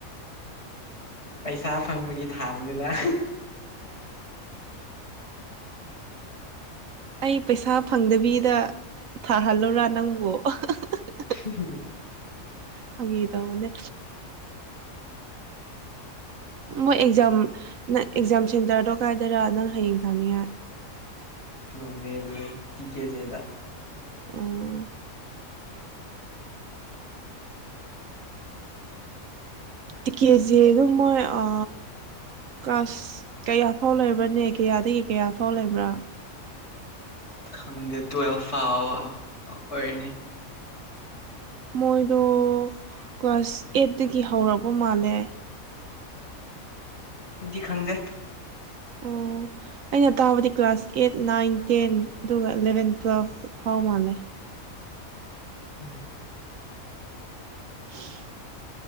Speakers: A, on the left; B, on the right.
A: ꯄꯩꯁꯥ ꯐꯪꯕꯒꯤ ꯊꯥꯕꯅꯤꯗꯥ
B: ꯑꯩ ꯄꯩꯁꯥ ꯐꯪꯗꯕꯤꯗ ꯊꯥꯍꯜꯂꯨꯔꯥ ꯅꯪꯕꯨ ꯑ ꯍꯥ ꯑ ꯍꯥ ꯑꯍ
A: ꯍꯤ ꯍꯤꯍꯤ
B: ꯐꯒꯤ ꯇꯧꯕꯅꯦ ꯃꯣꯏ ꯑꯦꯛꯖꯥꯝ ꯅ ꯑꯦꯛꯖꯥꯝ ꯁꯦꯟꯇꯔꯗꯣ ꯀꯥꯏꯗꯔꯥ ꯅꯪ ꯍꯌꯦꯡ ꯊꯥꯅꯤꯡꯉꯥꯏ
A: ꯅꯣꯅꯦ ꯗꯅꯦ ꯇꯤ ꯀꯦꯖꯦꯗ <unintelligible>
B: ꯑꯣ ꯇꯤꯛꯀꯦꯖꯦꯗꯣ ꯗꯨꯝ ꯃꯣꯏ ꯑ ꯀ꯭ꯂꯁ ꯀꯌꯥ ꯐꯥꯎ ꯂꯩꯕ꯭ꯔꯅꯦ ꯀꯌꯥꯗꯒꯤ ꯀꯌꯥ ꯐꯥꯎ ꯂꯩꯕ꯭ꯔꯥ
A: ꯈꯪꯗꯦ ꯇꯨꯋꯦꯜꯐ ꯐꯥꯎ ꯑꯣꯏꯔꯅꯤ
B: ꯃꯣꯏꯗꯣ ꯀ꯭ꯂꯥꯁ ꯑꯦꯠꯇꯒꯤ ꯍꯧꯔꯛꯄ ꯃꯥꯜꯂꯦ
A: ꯗꯤ ꯈꯪꯗꯦ
B: ꯑꯣ ꯑꯩꯅ ꯇꯥꯕꯗꯤ ꯀ꯭ꯂꯥꯁ ꯑꯦꯠ ꯅꯥꯏꯟ ꯇꯦꯟ ꯑꯗꯨꯒ ꯂꯦꯚꯦꯟ ꯇꯨꯋꯦꯜꯐ ꯐꯥꯎ ꯃꯥꯜꯂꯦ
A: <inaudible>
B: <inaudible>